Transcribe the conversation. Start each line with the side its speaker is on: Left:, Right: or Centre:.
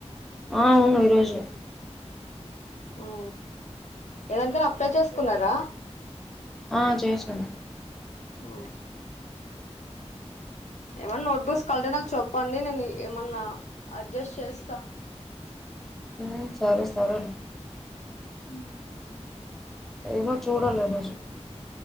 Centre: ఆ అవును ఈరోజు
Left: ఆ ఏదానికనా అప్లై చేసుకున్నారా
Centre: ఆ చేసున్న
Left: ఓ ఏమన్నా నోట్బుక్స్ కావాలంటే నాకు చెప్పండి నేను ఏమన్నా అడ్జస్ట్ చేస్తా
Centre: ఉమ్ సారు సరు అని
Left: హుమ్
Centre: ఏమో చూడాలి ఆ రోజు